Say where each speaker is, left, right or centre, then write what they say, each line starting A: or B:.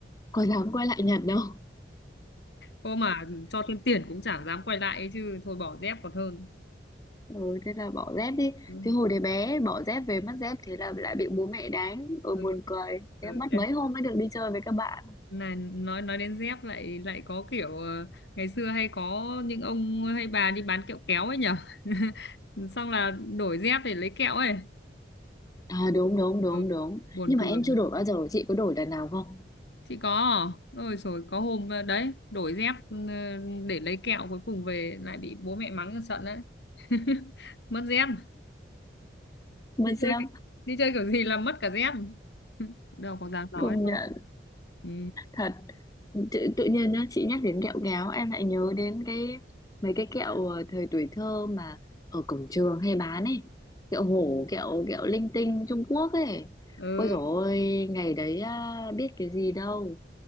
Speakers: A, on the left (about 20°); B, on the left (about 65°).
A: có dám quay lại nhặt đâu
B: cô mà cho thêm tiền cũng chẳng dám quay lại ấy chứ thôi bỏ dép còn hơn
A: Ừ, thế là bỏ dép đi
B: Ừ.
A: Thế hồi đấy bé bỏ dép về mất dép Thế là lại bị bố mẹ đánh Ôi
B: Ừ.
A: buồn cười
B: Ừ.
A: Thế mất
B: em-
A: mấy hôm mới được đi chơi với các bạn
B: Này, nói nói đến dép lại lại có kiểu ờ, ngày xưa hay có những ông hay bà đi bán kẹo kéo ấy nhở <laughs> xong là đổi dép để lấy kẹo ấy
A: À đúng đúng đúng
B: ừ.
A: đúng
B: buồn
A: Nhưng
B: cười
A: mà em chưa đổi bao giờ Chị có đổi lần nào không
B: chị có à? ôi rồi có hôm ờ, đấy đổi dép ờ, để lấy kẹo cuối cùng về lại bị bố mẹ mắng cho trận đấy <laughs> mất dép
A: Mất
B: đi chơi
A: dép
B: kiểu- đi chơi kiểu gì là mất cả dép <laughs> đâu có dám nói
A: công
B: đâu
A: nhận
B: ừ
A: Thật tự, tự nhiên nhá Chị nhắc đến kẹo kéo Em lại nhớ đến cái Mấy cái kẹo ờ, thời tuổi thơ mà Ở cổng trường hay bán ấy Kẹo hổ kẹo kẹo linh tinh Trung Quốc ấy
B: ừ
A: Ôi dồi ôi, Ngày đấy à, biết cái gì đâu